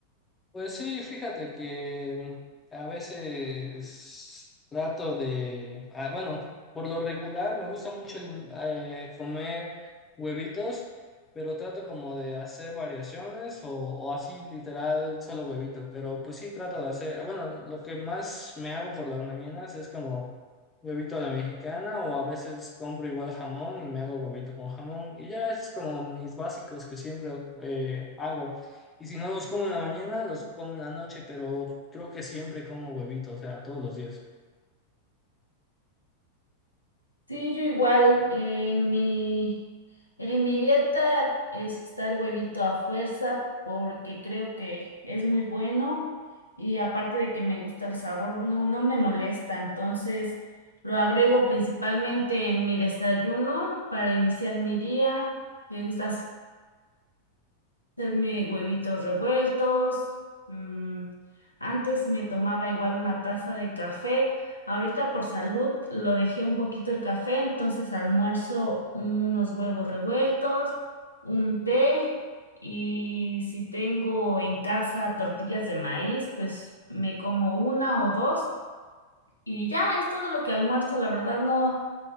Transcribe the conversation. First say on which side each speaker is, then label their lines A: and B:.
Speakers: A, on the left (about 15°); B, on the left (about 85°).
A: Pues sí, fíjate que mm, a veces trato de, ah, bueno, por lo regular me gusta mucho el- eh, comer huevitos, pero trato como de hacer variaciones o, o así literal solo huevito, pero pues sí trato de hacer, ah, bueno, lo que más me hago por las mañanas es como huevito a la mexicana o a veces compro igual jamón y me hago huevito con jamón y ya esos es como mis básicos que siempre eh, hago. Y si no los como en la mañana, los como en la noche, pero creo que siempre como huevito, o sea, todos los días.
B: Sí, yo igual, en mi, en mi dieta está el huevito a fuerza porque creo que es muy bueno y aparte de que me gusta el sabor, no, no me molesta, entonces lo agrego principalmente en mi desayuno para iniciar mi día. Me gusta hacerme huevitos revueltos. mm, antes me tomaba igual una taza de café. Ahorita por salud lo dejé un poquito el café, entonces almuerzo unos huevos revueltos, un té y si tengo en casa tortillas de maíz, pues me como una o dos y ya es todo lo que almuerzo. La verdad no.